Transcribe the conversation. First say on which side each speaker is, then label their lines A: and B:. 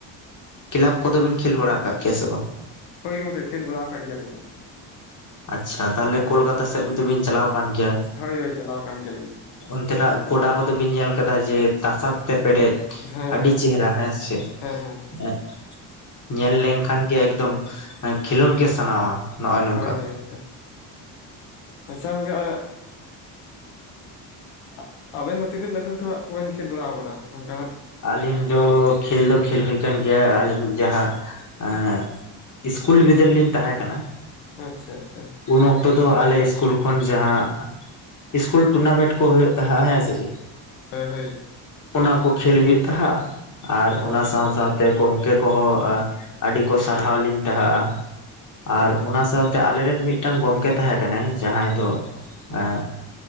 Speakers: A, on the left; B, on the left.
A: ᱠᱮᱞᱟᱵᱽ ᱠᱚᱫᱚ ᱵᱤᱱ ᱠᱷᱮᱞ ᱵᱟᱲᱟ ᱠᱟᱜ ᱜᱮᱭᱟ ᱥᱮ ᱵᱟᱝ?
B: ᱦᱳᱭ ᱜᱚᱝᱠᱮ ᱠᱷᱮᱞ ᱵᱟᱲᱟᱣ ᱠᱟᱜ ᱜᱮᱭᱟᱞᱤᱧ᱾
A: ᱟᱪᱪᱷᱟ ᱛᱟᱦᱞᱮ ᱠᱳᱞᱠᱟᱛᱟ ᱥᱮᱜ ᱫᱚᱵᱤᱧ ᱪᱟᱞᱟᱣ ᱠᱟᱱ ᱜᱮᱭᱟ?
B: ᱦᱳᱭ ᱦᱳᱭ ᱪᱟᱞᱟᱣ ᱠᱟᱱ ᱜᱮᱭᱟᱞᱤᱧ᱾
A: ᱚᱱᱛᱮᱱᱟᱜ ᱜᱚᱰᱟ ᱠᱚᱫᱚ ᱵᱤᱱ ᱧᱮᱞ ᱠᱟᱫᱟ ᱡᱮ ᱛᱟᱥᱟᱫ ᱛᱮ ᱯᱮᱨᱮᱡ
B: ᱦᱮᱸ ᱦᱮᱸ᱾
A: ᱪᱮᱦᱨᱟ ᱦᱮᱸ ᱥᱮ?
B: ᱦᱮᱸ ᱦᱮᱸ᱾
A: ᱮᱸᱜ ᱧᱮᱞ
B: ᱦᱳᱭ
A: ᱞᱮᱝᱠᱷᱟᱱ ᱜᱮ ᱮᱠᱫᱚᱢ ᱠᱷᱮᱞᱳᱰ ᱜᱮ ᱥᱟᱱᱟᱣᱟ᱾ ᱱᱚᱜᱼᱚᱭ ᱱᱚᱝᱠᱟ
B: ᱦᱳᱭ ᱦᱳᱭ ᱟᱪᱪᱷᱟ ᱜᱚᱝᱠᱮ <inaudible> ᱟᱸᱜ ᱟᱵᱮᱱ ᱫᱚ ᱛᱤᱱᱟᱹᱜ ᱞᱟᱹᱴᱷᱩ ᱞᱟᱹᱴᱷᱩᱣᱟᱜ ᱠᱚᱵᱮᱱ ᱠᱷᱮᱞ ᱵᱟᱲᱟᱣ ᱠᱟᱫᱟ ᱚᱝᱠᱟᱱᱟᱜ?
A: ᱟᱞᱤᱧ ᱫᱚ ᱠᱷᱮᱞ ᱫᱚ ᱠᱷᱮᱞ ᱦᱩᱭ ᱠᱟᱱ ᱜᱮᱭᱟ ᱟᱞᱤᱧ ᱡᱟᱦᱟᱸ ᱟᱸᱜ ᱤᱥᱠᱩᱞ ᱵᱤᱫᱟᱹᱞ ᱞᱤᱧ ᱛᱟᱦᱮᱸ ᱠᱟᱱᱟ
B: ᱟᱪᱪᱷᱟ ᱟᱪᱪᱷᱟ᱾
A: ᱩᱱ ᱚᱠᱛᱚ ᱫᱚ ᱟᱞᱮ ᱤᱥᱠᱩᱞ ᱠᱷᱚᱱ ᱡᱟᱦᱟᱸ ᱤᱥᱠᱩᱞ ᱴᱩᱨᱱᱟᱢᱮᱱᱴ ᱠᱚ ᱦᱩᱭᱩᱜ ᱛᱟᱦᱮᱸ ᱦᱮᱸ ᱥᱮ ᱪᱮᱜ ᱾
B: ᱦᱳᱭ ᱦᱳᱭ
A: ᱚᱱᱟ ᱠᱚ ᱠᱷᱮᱞ ᱦᱩᱭᱩᱜ ᱛᱟᱦᱮᱜ ᱟᱨ
B: ᱚ
A: ᱚᱱᱟ ᱥᱟᱶ ᱥᱟᱶ ᱛᱮ ᱜᱚᱝᱠᱮ ᱠᱚᱦᱚᱸ ᱟ ᱟᱹᱰᱤ ᱠᱚ ᱥᱟᱨᱦᱟᱣ ᱞᱤᱧ ᱛᱟᱦᱮᱸᱜᱼᱟ ᱟᱨ
B: ᱚ
A: ᱚᱱᱟ ᱥᱟᱶ ᱛᱮ ᱟᱞᱮᱨᱮᱱ ᱢᱤᱫᱴᱟᱝ ᱜᱚᱝᱠᱮ ᱛᱟᱦᱮᱸ ᱠᱟᱱᱟᱭ ᱡᱟᱦᱟᱸᱭ ᱫᱚ ᱮᱸ